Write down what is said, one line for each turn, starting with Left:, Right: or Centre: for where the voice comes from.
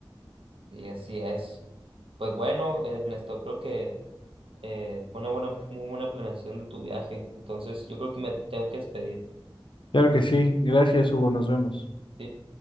Right: Y así es. Pues bueno, Ernesto, creo que eh, fue una buena, muy buena planeación de tu viaje. Entonces, yo creo que me tengo que despedir.
Left: Claro que sí, gracias Hugo, nos vemos.
Right: ¿sí?